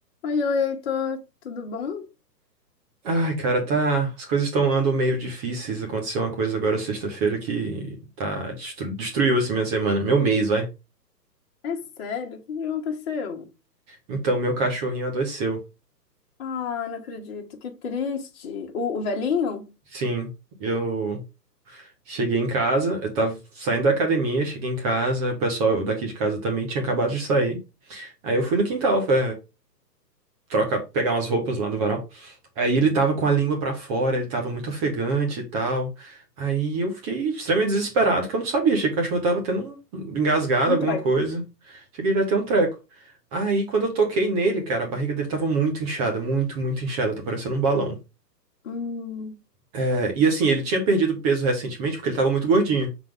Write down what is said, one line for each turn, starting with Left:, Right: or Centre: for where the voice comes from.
Left: Oi, oi, Heitor, tudo bom?
Right: Ai, cara, tá. As coisas estão andando meio difíceis. Aconteceu uma coisa agora sexta-feira que tá destru- destruiu assim minha semana, meu mês, vai.
Left: É sério, o que que aconteceu?
Right: Então, meu cachorrinho adoeceu.
Left: Ah, não acredito, que triste. O, o velhinho?
Right: Sim, eu cheguei em casa, eu tava saindo da academia, cheguei em casa, o pessoal daqui de casa também tinha acabado de sair. Aí eu fui no quintal, fa- troca, pegar umas roupas lá do varal. Aí ele tava com a língua pra fora, ele tava muito ofegante e tal. Aí eu fiquei extremamente desesperado, porque eu não sabia, achei que o cachorro tava tendo um um engasgado,
Left: Um
Right: alguma
Left: treco.
Right: coisa. Achei que ele ia ter um treco. Aí quando eu toquei nele, cara, a barriga dele tava muito inchada, muito, muito inchada, tá parecendo um balão.
Left: Hum,
Right: É, e assim, ele tinha perdido peso recentemente porque ele tava muito gordinho.